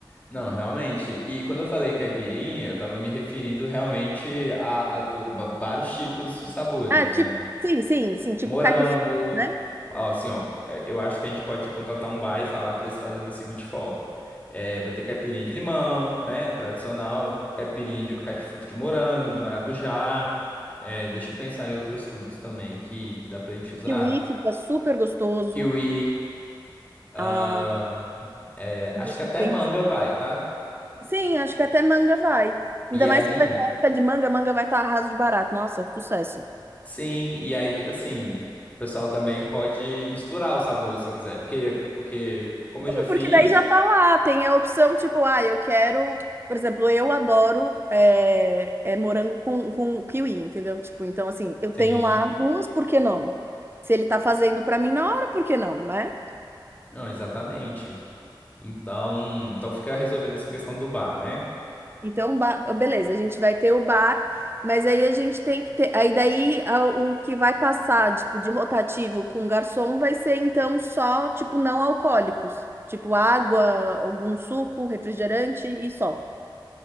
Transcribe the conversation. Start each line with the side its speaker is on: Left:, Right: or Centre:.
Left: Não, realmente. E quando eu falei caipirinha, eu tava me referindo realmente a, a to- va- vários tipos de sabores,
Right: Ah, tipo,
Left: né?
Right: sim, sim, sim, tipo
Left: Morango,
Right: caipifruta, né?
Left: ó, assim, ó, é, eu acho que a gente pode contratar um bar e falar pra eles fazerem da seguinte forma. É, vai ter caipirinha de limão, né? Tradicional, caipirinha de caipifruto de morango, de maracujá. É, deixa eu pensar em outros frutos também que, que dá pra gente usar.
Right: Kiwi fica super gostoso.
Left: Kiwi, ahn,
Right: Ah,
Left: é,
Right: deixa
Left: acho que até
Right: eu pensar.
Left: manga vai, tá?
Right: Sim, acho que até manga vai. Ainda
Left: E aí.
Right: mais que vai ter época de manga, manga vai estar arraso de barato. Nossa, sucesso.
Left: Sim, e aí, assim, o pessoal também pode misturar os sabores se quiser. Porque, porque como eu já fiz,
Right: Porque daí já tá lá, tem a opção tipo, ah, eu quero. Por exemplo, eu adoro é, é morango com, com kiwi, entendeu? Tipo, então assim, eu
Left: sim,
Right: tenho lá as duas, por que não? Se ele tá fazendo pra mim na hora, por que não, né?
Left: não, exatamente. Então, então fica resolvida essa questão do bar, né?
Right: Então, ba- beleza, a gente vai ter o bar, mas aí a gente tem que ter. Aí daí a- o que vai passar, tipo, de rotativo com garçom vai ser então só, tipo, não alcoólicos. Tipo, água, algum suco, refrigerante e só.